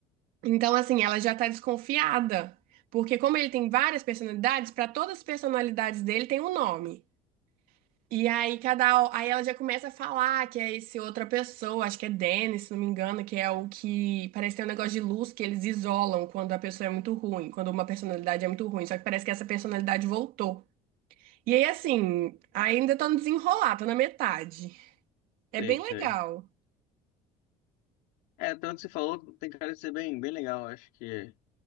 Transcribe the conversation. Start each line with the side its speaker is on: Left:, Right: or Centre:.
Right: Então, assim, ela já tá desconfiada. Porque como ele tem várias personalidades, para todas as personalidades dele tem um nome. E aí cada aí ela já começa a falar que é esse outra pessoa, acho que é Dennis, se não me engano, que é o que parece ter um negócio de luz que eles isolam quando a pessoa é muito ruim, quando uma personalidade é muito ruim, só que parece que essa personalidade voltou. E aí assim, ainda tô no desenrolar, tô na metade. É
Left: sei,
Right: bem legal.
Left: sei. É, pelo que você falou, tem cara de ser bem, bem legal, acho que. é.